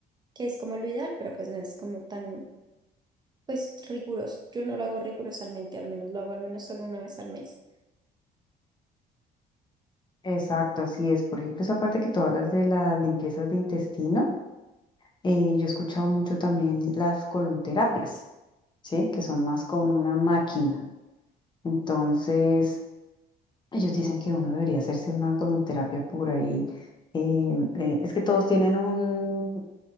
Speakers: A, on the right (about 25°); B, on the left (about 25°).
A: que es como lo ideal, pero pues no es como tan, pues riguroso. Yo no lo hago rigurosamente, al menos lo hago al menos solo una vez al mes.
B: Exacto, así es. Por ejemplo, esa parte que tú hablas de las limpiezas de intestino, eh, yo he escuchado mucho también las colonterapias, ¿sí? Que son más con una máquina. Entonces, ellos dicen que uno debería hacerse una colonterapia por ahí. em, eh, es que todos tienen un,